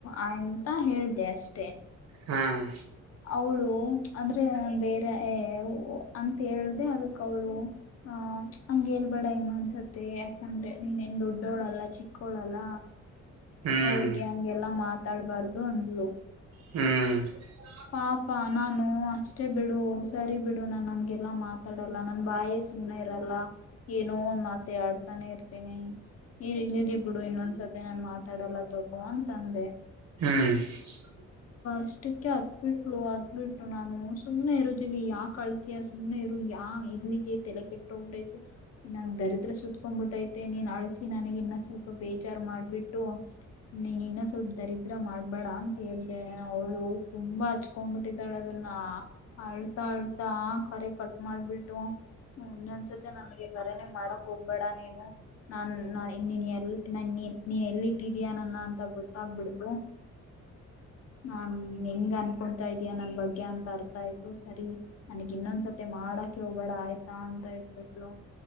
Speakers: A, on the left; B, on the right.
A: ಆ ಎಂತ ಹೇಳದೇ ಅಷ್ಟೆ.
B: ಹಾ- <unintelligible>
A: ಅವಳು ಅಂದ್ರೆ ಬೇರೆ ಏ ಓ ಅಂತ ಹೇಳ್ದೆ ಅದಕ್ ಅವಳು ಹ ಹಂಗೇಲ್ಬೇಡ ಇನ್ನು ಅಂದಸತಿ ಯಾಕಂದ್ರೆ ನೀನೇನ್ ದೊಡ್ಡೋಳಲ್ಲ ಚಿಕ್ಕೋಳಲ್ಲ.
B: ಹ್ಮ್
A: ಅವರಿಗೆ ಹಂಗೆಲ್ಲಾ ಮಾತ ಮಾತಾಡ್ಬಾರ್ದು ಅಂದ್ಲು.
B: ಹೂ <unintelligible>
A: ಪಾಪಾ ನಾನು ಅಷ್ಟೇ ಬಿಡು ಸರಿ ಬಿಡು ನನ್ ಹಂಗೆಲ್ಲಾ ಮಾತಾಡಲ್ಲ ನನ್ ಬಾಯೇ ಸುಮ್ನೆ ಇರಲ್ಲ ಏನೋ ಒಂದ್ ಮಾತ ಆಡ್ತ ಮಾತಾಡ್ತಾ ಇರ್ತೀನಿ ಇವರ ಇನ್ನೂ ಗಿಫ್ಟ್ ಬಿಡು ಇನ್ನೊಂದ್ಸತೆ ನಾನ್ ಮಾತಾಡಲ್ಲ ತಗೋ ಅಂತ ಅಂದೆ. <inaudible>
B: ಹಾ. <unintelligible>
A: ಇಷ್ಟಕ್ಕೆ ಹತ್ತ ಬಿಟ್ಟಳು ಅತ್ತಬಿಟ್ಟು ನಾನು ಸುಮ್ನೆ ಇರು ದೀವಿ ಯಾಕ ಅಳ್ತಿಯ ಸುಮ್ನೆ ಇರು ಯಾ ಇಲ್ಲಿಗೆ ತಲೆ ಕೆಟ್ಟ ಹೋಗ್ಬಿಟ್ಟೈತೆ ನನ್ ದರಿದ್ರ ಸತ್ಕೊಬಿಟ್ಟೈತೆ ನೀನ್ ಅಳಿಸಿ ನನಗ್ ಇನ್ನ ಸ್ವಲ್ಪ ಬೇಜಾರ್ ಮಾಡ್ಬಿಟ್ಟು ನೀನ್ ಇನ್ನ ಸ್ವಲ್ಪ ದರಿದ್ರ ಮಾಡ್ಬೇಡ ಅಂತ ಹೇಳದೇ ಅವಳು ತುಂಬಾ ಹಚ್ಕೊಂಡ್ಬಿಟ್ಟಿದ್ದಾಳೆ ಅದನ್ನ ಅಳ್ತಾ ಅಳ್ತಾ ಕರೆ ಕಟ್ ಮಾಡ್ಬಿಟ್ಟು ಇನ್ನೂದೊಂದ್ಸತ್ತ ನನಗೆ ಕರೆನೆ ಮಾಡಕ್ ಹೋಗ್ಬೇಡ ನೀನು ನಾನ್ ನೀನ್ ಎಲ್ ನ ನೀನ್ ಎಲ್ಲಿ ಇಟ್ಟಿದೀಯ ನನ್ನ ಅಂತ ಗೊತ್ತಾಗಬಿಡ್ತು ನಾ <inaudible> <inaudible> ನಿಂಗ್ ಅನ್ಕೊತಾ ಇದಯಾ ನನ್ ಬಗ್ಗೆ ಅಂತ ಅರ್ಥ ಆಯ್ತು ಸರಿ ನನಗೆ ಇನ್ನೊಂದ್ಸತಿ ಮಾಡಕ ಹೋಗಬೇಡ ಆಯ್ತಾ ಅಂತ ಇಟ್ಬಿತ್ಳು.